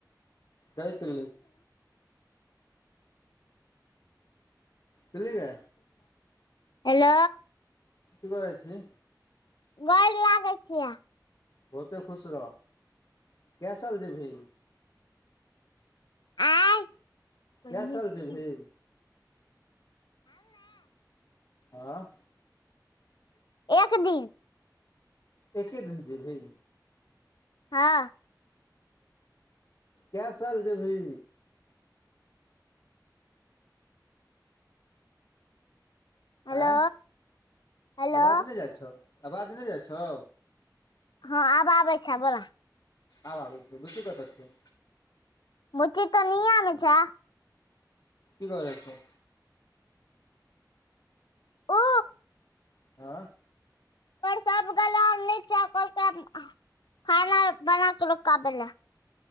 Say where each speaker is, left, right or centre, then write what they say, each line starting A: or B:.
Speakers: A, on the left; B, on the left.
A: दैत पिल्ली गै
B: हेलो
A: की करै छी
B: गोड़ लागै छियै
A: बहुते खुश रह कै साल जेभी
B: आय हमे
A: कै साल
B: एक
A: जीभही
B: दिन
A: आँ
B: एक दिन
A: एके दिन जिवही
B: हँ
A: कै साल जीभी
B: हेलो
A: आँय
B: हेलो
A: आवाज नहि जाइ छौ आवाज नहि जाइ छौ
B: हँ आब आबै छ बोला
A: आब आबै छै बुची कत छै
B: मुची तऽ नियामे छै
A: की करै छै
B: उ
A: हआँ
B: सब गेलै नीचा कहलकै आब खाना बनाक ल क आबे लै